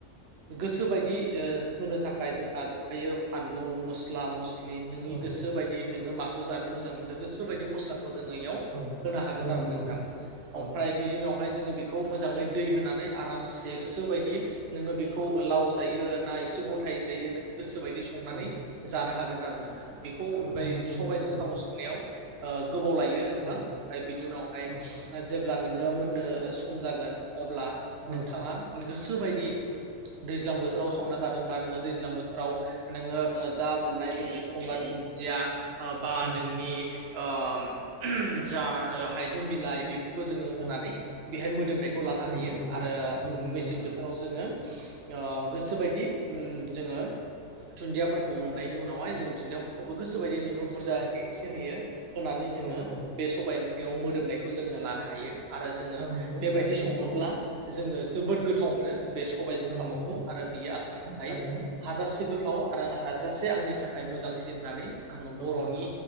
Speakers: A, on the right; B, on the right.
A: गोसो बायदि होनो थाखाय जोंहा दं। ओमफायो फानलु मस्ला मस्लि नि नोंनि
B: औ
A: गोसो बायदि नोङो मा जानो मोजां मोनो गोसो बायदि मसला जोङो इयाव
B: औ
A: होनो हागोन
B: औ
A: आरो
B: नंगौ
A: नोंथां
B: औ
A: ओमफ्राय बिनि उनावहाय जोङो बेखौ मोजाङै दै होनानै आरामसे गोसोबायदि नोङो बेखौ लाव जायो ना एसे गथायै जायो नों गोसोबायदि संनानै
B: औ
A: जानो हागोन। जागोन आरोना। बेखौ उनबाय
B: औ नंगौ
A: सबायजों
B: नोंथां औ
A: साम' संनायाव ओ गोबाव लायो नोंथां
B: औ
A: ओमफ्राय बिनि उनावहाय
B: औ
A: जेब्ला नोङो मोननो सम जागोन अब्ला
B: औ
A: नोंथाङा गोसो बायदि दै दैज्लां बोथोराव संना जादोंब्ला नोङो दैज्लां बोथोराव नोङो ओ दा मोननाय जोंनि गंगार धुनदिया ओ बा
B: औ
A: नोंनि ओम जा हाइजें बिलाइ बे फोरखौ जोङो होनानै
B: औ
A: बेहाय मोदोमनायखौ लानो
B: औ
A: हायो
B: नंगौ
A: आरो
B: औ नंगौ
A: मेसें
B: नोंथां
A: बोथोराव जोङो ओ गोसोबायदि उम जोङो धुन्दियाफोरखौ मोननायनि उनावहाय जों धुन्दियाफोरखौबो गोसोबायदि नोङो बुरजा होयो एसे होयो होनानै जोंङो
B: औ औ
A: बे सबाय ओंख्रियाव मोदोमनायखौ जोङो लानो हायो। आरो जोङो
B: औ नंगौ
A: बेबायदि
B: थारैनो
A: सङोब्ला
B: औ
A: जोङो जोबोद गोथाव मोनो। बे सबायजों
B: औ
A: सामखौ
B: नंगौ
A: आरो बियो आंनि थाखाय
B: थारैनो
A: हाजासे गोथाव थाव आरो आं हाजासे आंनि थाखाय मोजांसिन होननानै आङो
B: औ
A: बर'नि